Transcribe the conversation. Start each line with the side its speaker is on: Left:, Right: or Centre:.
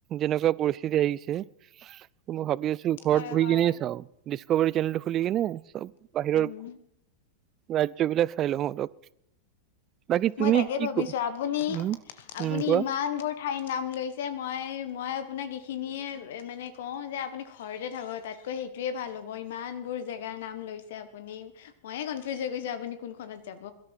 Right: যেনেকুৱা পৰিস্থিতি আহিছে মই ভাবি আছো ঘৰত
Left: হয়
Right: বহি
Left: হয়
Right: কিনে চাও। ডিস্কোভাৰী চেনেলটো খুলিকিনে, চব বাহিৰৰ
Left: উম
Right: ৰাজ্যবিলাক চাই লওঁ অলপ। বাকী
Left: মই
Right: তুমি
Left: তাকে
Right: কি
Left: ভাবিছো,
Right: ক
Left: আপুনি
Right: উম,
Left: আপুনি
Right: উম, কোৱা
Left: ইমানবোৰ ঠাই নাম লৈছে মই মই আপোনাক এইখিনিয়ে মানে কওঁ যে আপুনি ঘৰতে থাকক তাতকৈ সেই টোৱে ভাল হ'ব। ইমানবোৰ জেগাৰ নাম লৈছে আপুনি। মইয়ে কনফিউজ হৈ গৈছো আপুনি কোনখনত যাব।